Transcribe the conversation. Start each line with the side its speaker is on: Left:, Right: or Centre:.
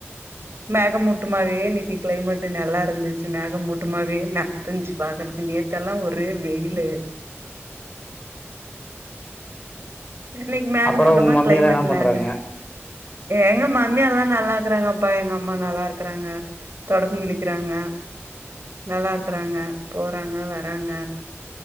Right: மேக மூட்டமாவே இன்னிக்கு கிளைமேட் நல்லா இருந்துச்சு மேகம் மூட்டமாவே நல்லா இருந்துச்சு பாக்குறதுக்கு நேத் தெல்லா ஒரே வெயில்லு இன்னிக்கு மேக
Left: அப்புறோ
Right: மூட்டமா
Left: உங்க மம்மி
Right: கிளைமேட்
Left: எல்லா என்ன பண்றாங்க
Right: நல்லா எங்கம்மா மம்மி எல்லா நல்லாக்குறாங்க அப் அப்பா எங்க அம்மா நல்லா இருக் இருக்கறாங்க தொடபங் கிளிக்கறாங்க நல்லா இருக்கறாங்க போ போராங்க வராங்க